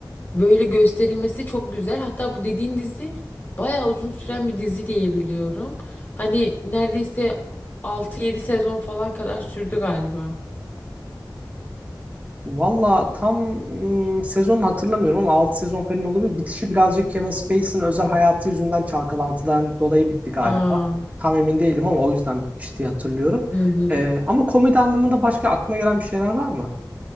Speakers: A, on the left; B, on the right.
A: böyle gösterilmesi çok güzel. Hatta bu dediğin dizi bayağı uzun süren bir dizi diye biliyorum. Hani neredeyse altı yedi sezon falan kadar sürdü galiba.
B: Valla tam hmm, sezonunu hatırlamıyorum ama 6 sezon falan olabilir. Bitişi birazcık Kevin Spacey'nin özel hayatı yüzünden çalkalantıdan dolayı bitti galiba.
A: Aa,
B: Tam emin değilim ama o yüzden bitmiş diye hatırlıyorum.
A: hı hı.
B: E, ama komedi anlamında başka aklına gelen bir şeyler var mı?